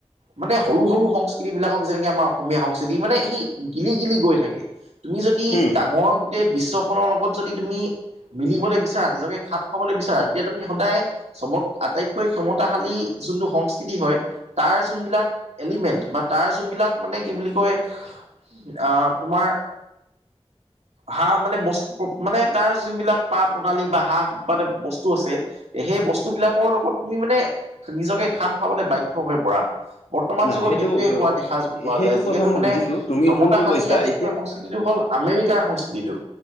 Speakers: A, on the right; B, on the left.
A: মানে সৰু -সৰু সংস্কৃতি বিলাকক যেনেকে আমাৰ অসমীয়া সংস্কৃতি মানে সি গিলি- গিলি গৈ থাকে। তুমি যদি
B: হুম
A: ডাঙৰ গোটেই বিশ্বখনৰ লগত যদি তুমি মিলিবলৈ বিচাৰা নিজকে খাপ খাবলৈ বিচাৰা তেতিয়া তুমি সদায় চবত আটাইতকৈ ক্ষমতাশালী যোনটো সংস্কৃতি হয় তাৰ যোনবিলাক এলিমেণ্ট বা তাৰ যোনবিলাক মানে কি বুলি কয় অ, তোমাৰ হা মানে বস্ত মানে তাৰ যোনবিলাক পাহ প্ৰণালী বা হা মানেবস্তু আছে এ সেই বস্তুবিলাকৰ লগত তুমি মানে নিজকে খাপ খোৱাবলৈ বাধ্য হৈ পৰা। বৰ্তমান
B: নাই
A: যুগত
B: সেইটো
A: সেইটোৱে হোৱা দেখা পোৱা
B: সেইটো
A: যায় যিহেতু
B: কথা মই
A: মানে
B: বুজিছো তুমি
A: চমতাশালী
B: যোনটো কৈছা
A: আটাইতকৈ
B: এতিয়া
A: সংস্কৃতিটো হ'ল আমেৰিকাৰ সংস্কৃতিটো